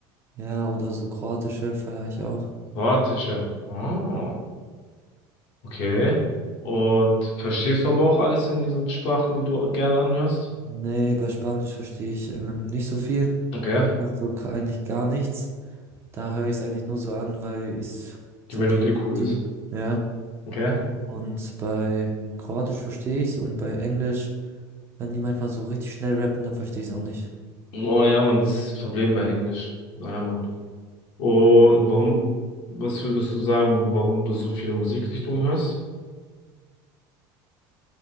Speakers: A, on the right; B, on the left.
A: ja, oder so kroatische feiere ich auch.
B: Kroatische. Oh, okay. Und verstehst du aber auch alles in diesen Sprachen, die du gern anhörst?
A: Nee, bei Spanisch verstehe ich ähm, nicht so viel.
B: Okay.
A: Also ka- eigentlich gar nichts. Da höre ich es eigentlich nur so an, weil ich so
B: Die Melodie
A: die Melodie,
B: cool ist.
A: ja.
B: Okay.
A: Und bei Kroatisch verstehe ich's und bei Englisch, wenn die manchmal so richtig schnell rappen, dann verstehe ich es auch nicht.
B: Oh ja, Mann, das ist das Problem bei Englisch. Ja, Mann. Und warum, was würdest du sagen, warum du so viele Musikrichtungen hörst?